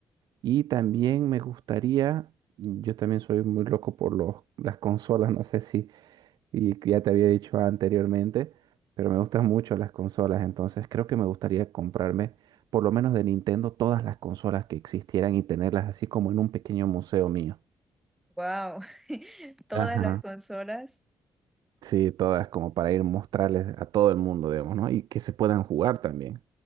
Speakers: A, on the right (about 80°); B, in the centre.
A: y también me gustaría, yo también soy muy loco por los, las consolas, <laughs> no sé si y que ya te había dicho anteriormente, pero me gustan mucho las consolas, entonces creo que me gustaría comprarme, por lo menos de Nintendo, todas las consolas que existieran y tenerlas así como en un pequeño museo mío.
B: Wow, <laughs> todas
A: Ajá.
B: las consolas
A: Sí, todas como para ir mostrarles a todo el mundo, digamos, ¿no? Y que se puedan jugar también.